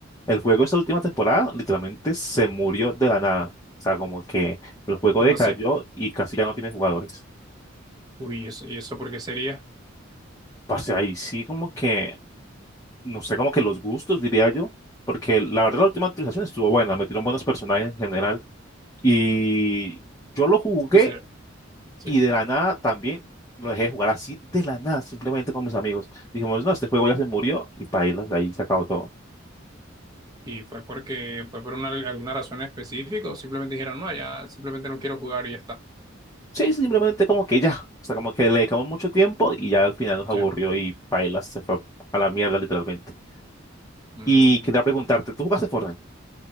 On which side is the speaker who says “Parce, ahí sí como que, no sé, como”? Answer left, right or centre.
Left